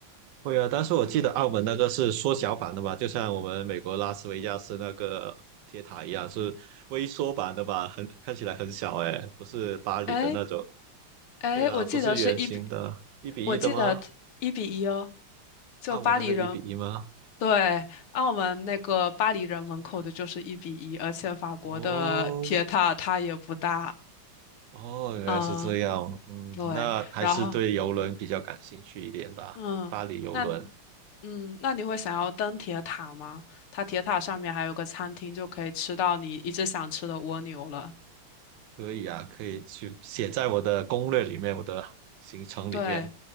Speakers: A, on the right; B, on the left.
A: 会啊，但是我记得澳门那个是缩小版的吧，就像我们美国拉斯维加斯那个铁塔一样，是微缩版的吧？很看起来很小哎，不是巴黎的那种。
B: 哎哎，
A: 对啊，
B: 我记得是一比，
A: 不是圆形的，一比一的吗？
B: 我记得一比一哦，就巴黎人。
A: 澳门那个一比一吗？
B: 对，澳门那个巴黎人门口的就是一比一，而且法国的铁塔它也不大，
A: 哦哦，原来是这样。
B: 嗯，
A: 嗯，
B: 对，
A: 那还是对游轮比较感兴趣一点吧。
B: 然后。嗯，
A: 巴黎游轮
B: 那你嗯，那你会想要登铁塔吗？它铁塔上面还有个餐厅，就可以吃到你一直想吃的蜗牛了。
A: 可以啊，可以去写在我的攻略里面，我的行程里面。
B: 对，